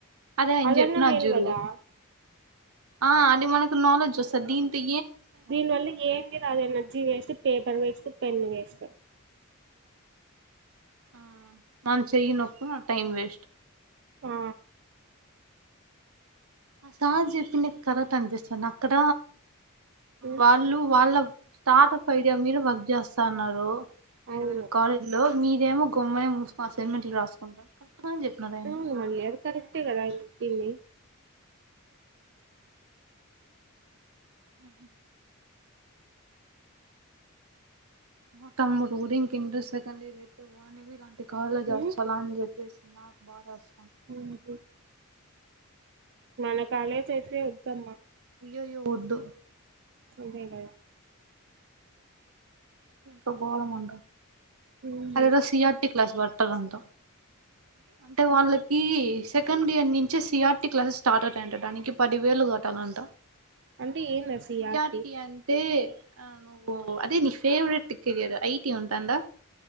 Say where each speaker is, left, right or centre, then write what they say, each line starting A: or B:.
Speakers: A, on the right (about 80°); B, on the right (about 55°).
A: అదే ఆయన
B: అదన్న
A: చెప్పినారు
B: మేల్
A: చూడు
B: కదా
A: ఆ అది మనకు నాలెడ్జ్ వస్తది దీనితో
B: దీని వల్ల ఏమి రా energy waste paper waste pen waste
A: ఆ మన చేయి నొప్పి టైం వేస్ట్
B: ఆ
A: ఆ సార్ చెప్పిందే కరెక్ట్ అనిపిస్తాది అక్కడ
B: ఉమ్,
A: వాళ్ళు వాళ్ళ స్టార్టప్ ఐడియా మీరు వర్క్ చేస్తా ఉన్నారు వేర
B: అవును
A: వేర కాలేజ్ లో మీరేమో గమ్మనే మూసుకు అసైన్మెంట్లు రాసుకుంటాం గానే చెప్పినారు ఆయన
B: ఆవు మళ్ళీ అది కరెక్ట్ ఏ కదా ఇల్లి
A: ఆ మా తమ్ముడు కూడా ఇంకా ఇంటర్ సెకండ్ ఇయర్ ఆయితే వాడిని కాలేజ్ చేస్తా
B: ఉమ్,
A: కృష్ణ అకుబారస్
B: ఉహు మన కాలేజ్ అయితే వద్దమ్మా
A: అయ్యయ్యో వద్దు
B: అదేగా
A: కా పోళముండ
B: ఉహు.
A: అదేదో C R T class better అంత అంటే వాళ్ళకి సెకండ్ ఇయర్ నుం చి వచ్చేసి సి ఆర్టీ క్లాసెస్ స్టార్ట్ అయితాయంట దానికి పదివేలు కట్టాలంటా
B: అంటే ఏంది ఆ సిఆర్టీ
A: సి ఆర్ టి అంటే ఆ నువ్ అదే నీ ఫేవరెట్ కెరియర్ ఐటీ ఉంటాందా